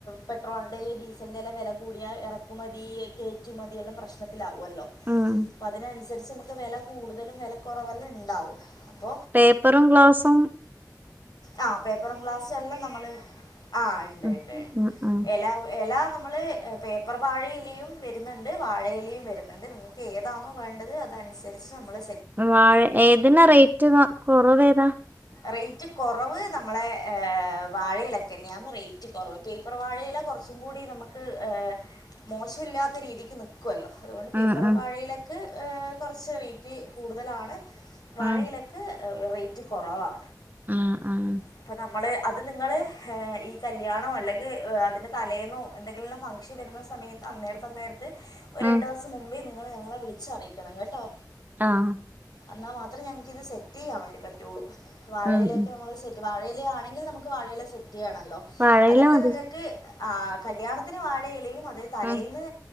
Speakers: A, on the left; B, on the right.
A: പെട്രോളിൻ്റെ ഡീസലിൻ്റെ എല്ലാം വെല കൂടിയാ ഇറക്കുമതി കയറ്റുമതിയെല്ലാം പ്രശ്നത്തിലാവും വുല്ലോ
B: ഉം
A: പ്പതിനനുസരി ച്ച് നമ്മക്ക് വെല കൂടുതലും വെല കൊറവെല്ലണ്ടാവും അപ്പോ
B: പേപ്പറും ഗ്ലാസും
A: ആ പേപ്പറും ഗ്ലാസും എല്ലാം നമ്മള് ആ ണ്ട്
B: ഉം
A: ണ്ട് ണ്ട്
B: ഉം ഉം
A: എല എലാ നമ്മള് പേപ്പർ വാഴയിലയും വര്ന്നുണ്ട് വാഴയിലയും വര്ന്നുണ്ട് നിങ്ങക്ക് ഏതാണോ വേണ്ടത് അതനുസരിച്ച് നമ്മള്
B: വാഴ ഏതിനാ റേറ്റ് നോ കൊറവേതാ
A: റേയ്റ്റ് കാെറവ് നമ്മളെ ഏ വാഴയിലക്കെന്നാന്ന് റേയ്റ്റ് കൊറവ് പേപ്പർ വാഴയില കൊറച്ചും കൂടി നമ്ക്ക് ഏ മോശല്ലാത്ത രീതിക്ക് നിൽക്കുവല്ലോ അതുകൊണ്ട് പേപ്പർ
B: ഉം ഉം
A: വാഴയിലക്ക് ഹേ കൊറച്ച് റേറ്റ് കൂടുതലാണ് വാഴയിലക്ക്
B: ഉം
A: വെയിറ്റ് കൊറവാ
B: ഉം ഉം
A: ഇപ്പൊ നമ്മള് അത് നിങ്ങള് ഈ കല്യാണോ അല്ലെങ്കിൽ അതിൻ്റെ തലേന്നോ എന്തെങ്കിലും ഫംഗ്ഷൻ വരുന്ന സമയത്ത് അന്നേരം തന്നെ ഒരു
B: ഉം
A: രണ്ടു ദിവസം മുമ്പ് നിങ്ങള് ഞങ്ങളെ വിളിച്ച അറിയിക്കണം കേട്ടോ
B: ആഹ
A: എന്നാ മാത്രേ ഇത് സെറ്റ് ചെയ്യാൻ വേണ്ടിപ്പം റ്റളൂ വാഴയിലേക്കെ
B: ഉം ഉം
A: നമ്മള് ശരി വാഴയിലാണെങ്കിൽ നമുക്ക് വാഴയിലെ ആണല്ലോ
B: വാഴയില
A: അതെല്ലാം
B: മതി
A: നിങ്ങൾക്ക് ആ കല്യാണത്തിന് വാഴെയിലയും അ തലേന്ന്
B: ഉം